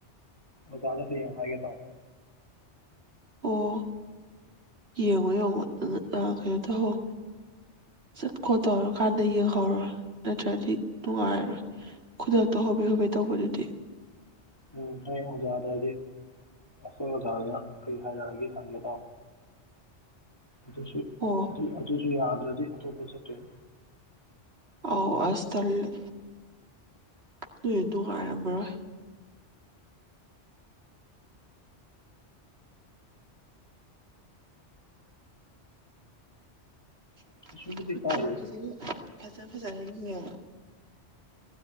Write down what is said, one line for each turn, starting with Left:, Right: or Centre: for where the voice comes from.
Left: ꯑꯣꯖꯥꯗ ꯍꯌꯦꯡ ꯍꯥꯏꯒꯦ ꯇꯧꯅꯤ
Right: ꯑꯣ ꯌꯦꯡꯉꯣ ꯌꯦꯡꯉꯣ ꯀꯩꯅꯣ ꯇꯧꯍꯧ ꯆꯠ ꯈꯣꯠꯇꯧꯔꯀꯥꯟꯗ ꯌꯦꯡꯍꯧꯔꯣ ꯅꯠꯇ꯭ꯔꯗꯤ ꯅꯨꯡꯉꯥꯏꯔꯣꯏ ꯈꯨꯗꯛꯇ ꯍꯣꯕꯦ ꯍꯣꯕꯦ ꯇꯧꯕꯗꯨꯗꯤ
Left: ꯎꯝ ꯍꯌꯦꯡ ꯑꯣꯖꯥꯗꯗꯤ ꯑꯈꯣꯏ ꯑꯣꯖꯥꯗꯨꯅ ꯀꯔꯤ ꯍꯥꯏꯔꯛꯑꯒꯦ ꯍꯪꯒꯦ ꯇꯧꯅꯤ ꯑꯗꯨꯁꯨ
Right: ꯑꯣ
Left: ꯑꯗꯨ ꯑꯗꯨꯁꯨ ꯌꯥꯗ꯭ꯔꯗꯤ ꯑꯇꯣꯞꯄ <unintelligible>
Right: ꯑꯧ ꯑꯁ ꯇꯜꯂꯦ ꯅꯣꯏ ꯅꯨꯡꯉꯥꯏꯔꯝꯃꯔꯣꯏ <unintelligible>
Left: ꯀꯩꯁꯨꯕꯨꯗꯤ ꯀꯥꯏꯗꯦꯗ
Right: ꯐꯖꯥ ꯐꯖꯅ ꯌꯦꯡꯉꯣ